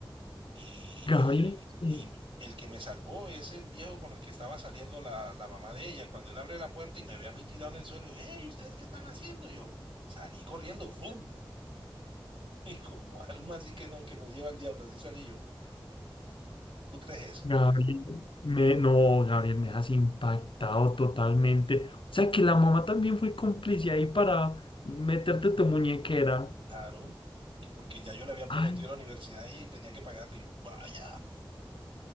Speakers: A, on the right; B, on the left.
A: Y,
B: Gabriel, sí.
A: y, y el que me salvó es el viejo con el que estaba saliendo la, la mamá de ella. Cuando él abre la puerta y me ve a mí tirado en el suelo, hey, ¿ustedes qué están haciendo? Yo salí corriendo, ¡fum! <laughs> Y como alma así que no, que lo lleva al diablo, así salí yo. ¿Tú crees eso?
B: Gabriel, me, no, Gabriel, me has impactado totalmente. O sea que la mamá también fue cómplice ahí para meterte tu muñequera.
A: Claro, que porque ya yo le había prometido
B: Ay,
A: a la universidad a ella y tenía que pagarle. Yo, vaya.